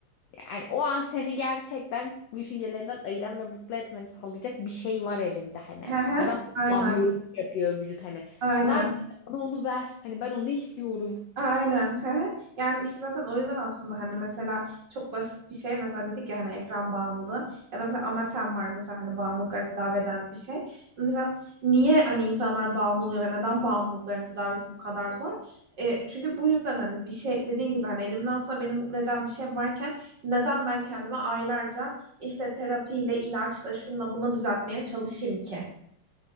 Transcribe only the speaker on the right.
Hı hı,
aynen,
aynen.
Aynen. hı hı. Yani işte zaten o yüzden aslında hani mesela çok basit bir şey mesela dedik ya hani ekran bağımlılığı ya da mesela Amatem var mesela hani bağımlılıkları tedavi eden bir şey. Mesela niye hani insanlar bağımlı oluyor ve neden bağımlılıkların tedavisi bu kadar zor? E, çünkü bu yüzden hani bir şey dediğin gibi hani elimin altında beni mutlu eden bir şey varken neden ben kendime aylarca işte terapiyle, ilaçla, şunla bunu düzeltmeye çalışayım ki?